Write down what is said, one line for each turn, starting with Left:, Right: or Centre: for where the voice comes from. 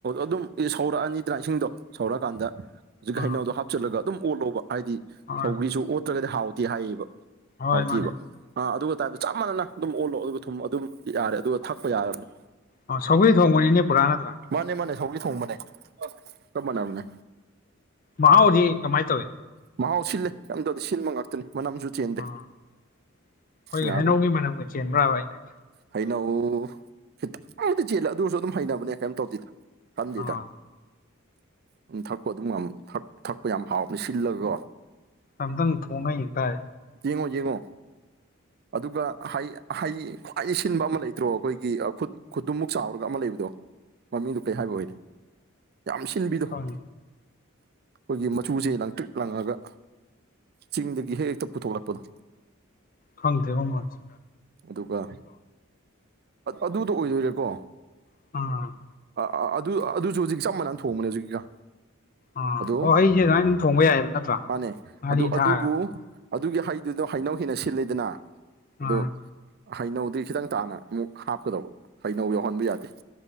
Right: ꯑꯗꯨꯝ ꯁꯧꯔꯛꯑꯅꯤꯗꯅ ꯏꯁꯤꯡꯗꯣ ꯁꯧꯔꯀꯥꯟꯗ ꯍꯧꯖꯤꯛ
Left: ꯑꯥ
Right: ꯍꯩꯅꯧꯗꯣ ꯍꯥꯞꯆꯤꯜꯂꯒ ꯑꯗꯨꯝ ꯑꯣꯠꯂꯣꯕ ꯍꯥꯏꯗꯤ
Left: ꯍꯣꯏ
Right: ꯁꯧꯒ꯭ꯔꯤꯁꯨ ꯑꯣꯠꯇ꯭ꯔꯒꯗꯤ ꯍꯥꯎꯇꯦ ꯍꯥꯏꯌꯦꯕ
Left: ꯍꯣꯏ
Right: ꯍꯥꯎꯇꯦꯕ
Left: ꯃꯥꯅꯦ
Right: ꯑ ꯑꯗꯨꯒ ꯇꯥꯏꯞꯇ ꯆꯞ ꯃꯥꯟꯅꯅ ꯑꯗꯨꯝ ꯑꯣꯜꯂꯣ ꯑꯗꯨꯒ ꯊꯨꯝ ꯑꯗꯨꯝ ꯌꯥꯔꯦ ꯑꯗꯨꯒ ꯊꯛꯄ ꯌꯥꯔꯕꯅꯤ
Left: ꯑꯣ ꯁꯧꯒ꯭ꯔꯤ ꯊꯣꯡꯕꯅꯤꯅꯦ ꯄꯨꯔꯥ ꯅꯠꯇ꯭ꯔꯥ
Right: ꯃꯥꯅꯦ ꯃꯥꯅꯦ ꯁꯧꯒꯤ ꯊꯣꯡꯕꯅꯦ ꯆꯞ ꯃꯥꯟꯅꯕꯅꯦ
Left: ꯃꯍꯥꯎ ꯍꯧꯖꯤ ꯀꯃꯥꯏ ꯇꯧꯋꯦ
Right: ꯃꯍꯥꯎ ꯁꯤꯜꯂꯦ ꯀꯝꯗꯧꯗ ꯁꯤꯟꯕ ꯉꯥꯛꯇꯅꯤ ꯃꯅꯝꯁꯨ ꯆꯦꯟꯗꯦ
Left: ꯑꯝ ꯑꯩꯈꯣꯏꯒꯤ
Right: ꯌꯥꯕꯅꯦ
Left: ꯍꯩꯅꯧꯒꯤ ꯃꯅꯝꯒ ꯆꯦꯟꯕ꯭ꯔꯥꯕ ꯑꯅꯦ
Right: ꯍꯩꯅꯧ ꯈꯤꯇꯪ ꯑꯃꯗꯤꯗꯤ ꯆꯦꯜꯂꯦ ꯑꯗꯨ ꯑꯣꯏꯔꯁꯨ ꯑꯗꯨꯝ ꯍꯩꯅꯕꯅꯦ ꯀꯔꯤꯝ ꯇꯧꯗꯦꯗ ꯈꯟꯗꯦꯗ
Left: ꯑꯥ
Right: ꯑꯗꯨꯝ ꯊꯛꯄ ꯑꯗꯨꯝ ꯊꯛꯄ ꯌꯥꯝ ꯍꯥꯎꯕꯅꯦ ꯁꯤꯜꯂꯒ
Left: ꯑꯝꯇꯪ ꯊꯣꯛꯣꯡꯅꯩꯌꯦꯚꯥꯏ
Right: ꯌꯦꯡꯉꯣ ꯌꯦꯡꯉꯣ ꯑꯗꯨꯒ ꯈ꯭ꯋꯥꯏ ꯁꯤꯟꯕ ꯑꯃ ꯂꯩꯇ꯭ꯔꯣ ꯑꯩꯈꯣꯏꯒꯤ ꯈꯨꯠ ꯈꯨꯠꯇꯨꯃꯨꯛ ꯆꯥꯎꯔꯒ ꯑꯃ ꯂꯩꯕꯗꯣ ꯃꯃꯤꯡꯗꯨꯣ ꯀꯔꯤ ꯍꯥꯏꯕ ꯑꯣꯏꯔꯦ ꯌꯥꯝ ꯁꯤꯟꯕꯤꯗꯣ
Left: ꯈꯪ
Right: ꯑꯩꯈꯣꯏꯒꯤ ꯃꯆꯨꯁꯦ ꯂꯪꯇ꯭ꯤꯔꯤꯛ ꯂꯪꯉꯑꯒ ꯆꯤꯡꯗꯒꯤ ꯍꯦꯛ ꯍꯦꯛꯇ ꯄꯨꯊꯣꯛꯂꯛꯄꯗꯣ
Left: ꯈꯪꯗꯦ ꯋꯥꯃꯁ
Right: ꯑꯗꯨꯒ ꯑꯗꯨꯗ ꯑꯣꯏꯗꯣꯏꯔꯦꯀꯣ
Left: <inaudible>
Right: ꯑ ꯑꯥ ꯑꯗꯨ ꯑꯗꯨꯁꯨ ꯍꯧꯖꯤꯛ ꯆꯞ ꯃꯥꯟꯅꯅ ꯊꯣꯡꯕꯅꯦ ꯍꯧꯖꯤꯛꯒ
Left: ꯑꯥ
Right: ꯑꯣ
Left: ꯍꯩꯁꯦ ꯑꯗꯨꯃꯥꯏꯅ ꯑꯗꯨꯝ ꯊꯣꯡꯕ ꯌꯥꯏꯑꯕ ꯅꯠꯇ꯭ꯔꯥ
Right: ꯃꯥꯅꯦ
Left: ꯉꯥꯔꯤ
Right: ꯑꯗꯨ
Left: ꯊꯥꯛꯑꯒ
Right: ꯑꯗꯨꯕꯨ ꯑꯗꯨꯒꯤ ꯍꯩꯗꯨꯗꯣ ꯍꯩꯅꯧ ꯍꯦꯟꯅ ꯁꯤꯜꯂꯤꯗꯅ ꯑꯗꯣ
Left: ꯑꯥ
Right: ꯍꯩꯅꯧꯗꯤ ꯈꯤꯇꯪ ꯇꯥꯅ ꯑꯃꯨꯛ ꯍꯥꯞꯀꯗꯧꯕ ꯍꯩꯅꯧ ꯌꯧꯍꯟꯕ ꯌꯥꯗꯦ